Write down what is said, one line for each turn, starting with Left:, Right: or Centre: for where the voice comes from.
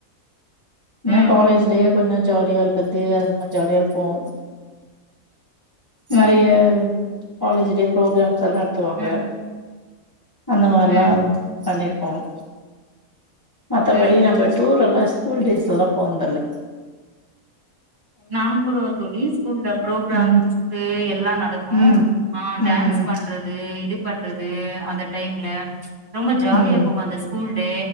Right: ம்
Left: என்ன காலேஜ்லியே கொஞ்ச <unintelligible> ஜாலியா இருக்கது அந்த மாரி ஜாலியா இருப்போம்
Right: ம்
Left: நெறிய காலேஜ் டே ப்ரோக்ராம் இத நத்துவாங்க
Right: ம்
Left: அந்த மாரில்லா
Right: ம்
Left: பண்ணிருக்கோம் மத்தபடி
Right: ம்
Left: நங்கச் டூர் எல்லா ஸ்கூல் டேஸ்லெல்லா போன்துல்ல
Right: நாங்க கூடவா தோழி ஸ்கூல்ல ப்ரோக்ராம்ஸ்சுக்கு
Left: ம்
Right: எல்லா நடக்கு
Left: ம்
Right: ஆஹ் டான்ஸ்
Left: ம்
Right: பண்றது இது பண்ற து அந்த டைம்ல ரொம்ப ஜாலியா
Left: ம்
Right: போகு அந்த ஸ்கூல் டே